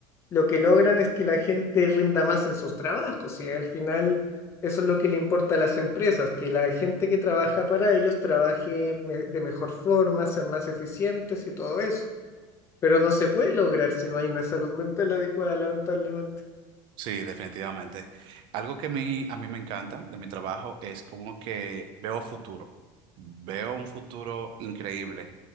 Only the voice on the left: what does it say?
lo que logran es que la gente rinda más en sus trabajos y al final eso es lo que le importa a las empresas, que la gente que trabaja para ellos trabaje me- de mejor forma, sean más eficientes y todo eso. Pero no se puede lograr si no hay una salud mental adecuada, lamentablemente,